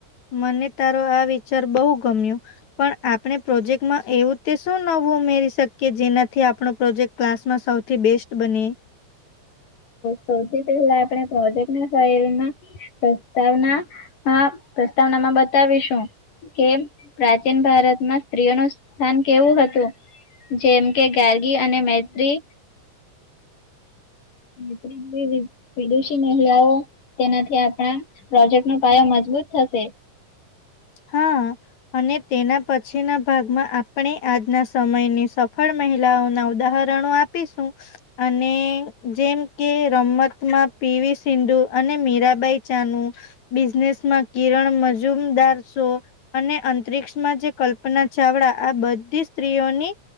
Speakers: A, on the left; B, on the left.
A: મને તારો આ વિચાર બહુ ગમ્યો પણ આપણે પ્રોજેક્ટમાં એવું તે શું નું ઉમેરી શકીએ જેનાથી આપણો પ્રોજેક્ટ ક્લાસમાં સૌથી બેસ્ટ બને.
B: સૌથી પહેલા આપણે પ્રોજેક્ટના ફઈલ ના પ્રસ્તાવના, હા પ્રસ્તાવનામાં બતાવીશું. કે પ્રાચીન ભારતમાં સ્ત્રીઓનું સ્થાન કેવું હતું. જેમ કે ગારગી અને મૈત્રી <unintelligible> વિદેશી મહિલાઓ તેનાથી આપડા પ્રોજેક્ટ નો પાયો મજબૂત થશે.
A: હા. અને તેના પછીના ભાગમાં આપણે આજના સમયની સફળ મહિલાઓના ઉદાહરણ. નું આપીશું અને જેમ કે રમતમાં પીવી સિંધુ અને મીરાબાઈ ચાનુ બિઝનેસ માં કિરણમજૂનદાર સો અને અંતરિક્ષમાં જે કલ્પના ચાવડા આ બધી સ્ત્રીઓની